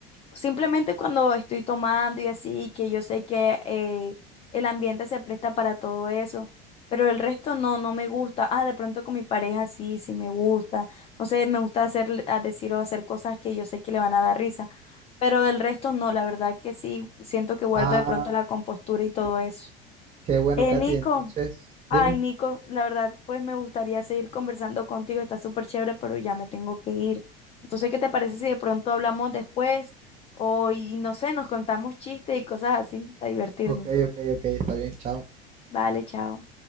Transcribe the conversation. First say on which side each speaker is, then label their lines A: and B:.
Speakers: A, on the left; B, on the right.
A: Simplemente cuando estoy tomando y así, que yo sé que eh, el ambiente se presta para todo eso, pero el resto no, no me gusta. Ah, de pronto con mi pareja sí, sí me gusta. No sé, me gusta hacer, a decir o hacer cosas que yo sé que le van a dar risa, pero del resto no, la verdad que sí, siento que guardo
B: Ah,
A: de pronto la compostura y todo
B: qué
A: eso.
B: qué bueno,
A: Eh,
B: Katy.
A: Nico,
B: Entonces, dime.
A: Ay, Nico, la verdad, pues me gustaría seguir conversando contigo, está súper chévere, pero ya me tengo que ir. Entonces, ¿qué te parece si de pronto hablamos después? O, y no sé, nos contamos chistes y cosas así, para divertirnos.
B: Ok, ok, ok, está bien, chao.
A: Vale, chao.